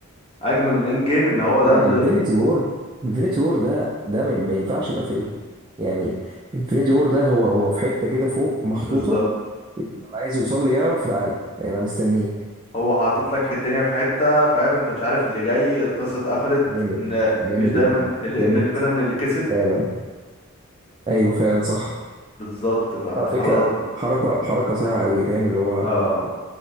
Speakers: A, on the left; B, on the right.
A: اجمل من اند جيم ان هو ده
B: لا
A: اللي
B: انفينيتي وور انفينيتي وور ده ده ما ما ينفعش يبقى فيلم يعني انفينيتي وور ده هو هو في حته كده فوق محطوطه
A: بالظبط
B: اللي عايز يوصل لي يعرف تعالى يعني انا مستنيك
A: هو حاطط لك الدنيا في حته فاهم انت مش عارف اللي جاي القصه اتقفلت
B: جامد
A: ان
B: جامد
A: مش دايما
B: إمبراطور،
A: ال- ان
B: جامد
A: الفيلن اللي كسب
B: فعلا ايوه فعلا صح
A: بالظبط فانت
B: على فكره
A: خلاص بقى
B: حركه حركه صايعه قوي فاهم اللي هو
A: اه